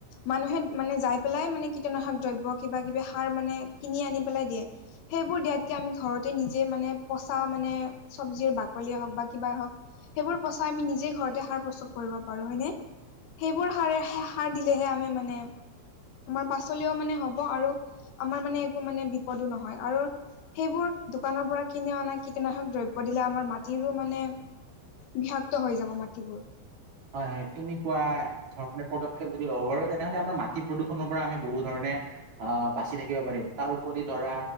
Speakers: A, on the left; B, on the right.
A: মানুহে মানে যাই পেলাই মানে কীটনাশক দ্ৰব্য কিবা-কিবি সাৰ মানে কিনি আনি পেলাই দিয়ে। সেইবোৰ দিয়াতকৈ আমি ঘৰতে নিজে মানে পচা মানে চব্জিৰ বাকলিয়ে হওক বা কিবাই হওক। সেইবোৰ পচাই আমি নিজে ঘৰতে সাৰ প্ৰস্তুত কৰিব পাৰো, হয়নে? সেইবোৰ সাৰেহে সাৰ দিলেহে আমি মানে আমাৰ পাচলিও মানে হ'ব। আৰু আমাৰ মানে একো মানে বিপদো নহয়। আৰু সেইবোৰ দোকানৰ পৰা কিনি অনা কীটনাশক দ্ৰইব ব্য দিলে আমাৰ মাটিৰো মানে বিষাক্ত হৈ যাব মাটিবোৰ।
B: হয় হয়। তুমি কোৱা ধৰণে পদক্ষেপ যদি ল'ব পাৰো তেনেহ'লে আমাৰ মাটি প্ৰদূষণৰ পৰা আমি বহু ধৰণে অহ বাছি থাকিব পাৰিম। তাৰ উপৰি ধৰা